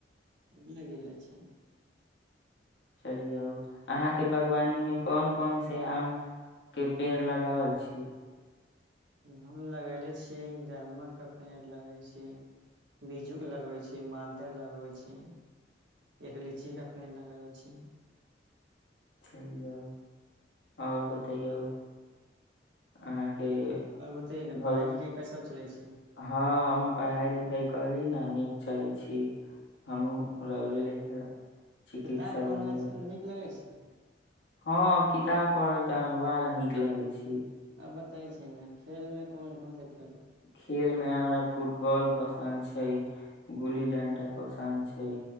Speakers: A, on the right; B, on the left.
A: नइ गिरले छै
B: चलियौ अहाँके बागवानीमे कोन कोन से आम के पेड़ लगावल छी
A: हम लगले छियै दालमक के पेड़ लगे छी बिज्जू के लगबै छी मालदह लगबै छी एक लीचीे पेड़ लगबै छी
B: चलियौ आओर बतैयो अहाँ के
A: और बतैये ने
B: भहु
A: पढ़ाई लिखाई कैसन चले छै
B: हँ हमर पढ़ाई लिखाई कहली न नीक चलै छी हमहुँ रौड़े लेखा चिकित्सा
A: किताब पढ़ना
B: बनबै
A: सँ नीक लगै छै <unintelligible>
B: हँ किताब पढ़ल तऽ हमरा बड़ा नीक लगै छै
A: आ बतबै छी न खेल मे कोन कोन सा खे
B: खेल मे आब हमरा फुटबॉल पसन्द छै गुल्ली डंटा पसन्द छै